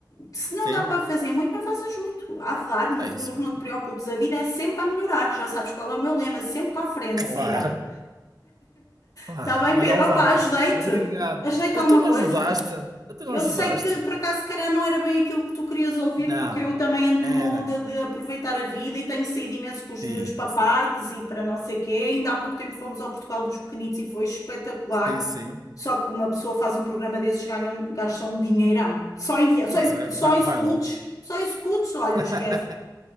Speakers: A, on the left; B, on the right.
A: Se não
B: sim,
A: dá para fazer muito, não faças muito. Há de dar no
B: é
A: futuro,
B: isso mesmo.
A: não te preocupes. A vida é sempre a melhorar. Já sabes qual é o meu lema, sempre para a frente,
B: Claro.
A: siga.
B: Ah,
A: Está bem,
B: olha,
A: Pedro?
B: ó
A: Opa,
B: Wanda,
A: ajudei-te.
B: obrigado.
A: Ajeita
B: Ah,
A: alguma
B: Tu não
A: coisa.
B: ajudaste? Ah, Tu não
A: Eu
B: ajudaste?
A: sei que por acaso se calhar não era bem aquilo que tu querias ouvir,
B: Não,
A: porque eu também ando
B: era.
A: numa onda de aproveitar a vida e tenho saído imenso com os
B: Sim,
A: miúdos para parques e para não sei quê. Ainda há pouco tempo fomos ao Portugal dos Pequenitos e foi espetacular.
B: sim, sim.
A: Só que uma pessoa faz um programa desses, ganham, gastam um dinheirão. Só em, via- só
B: Pois
A: em,
B: é,
A: só
B: vai,
A: em
B: vai
A: scouts,
B: logo.
A: só em scouts, olha,
B: <laughs>
A: esquece.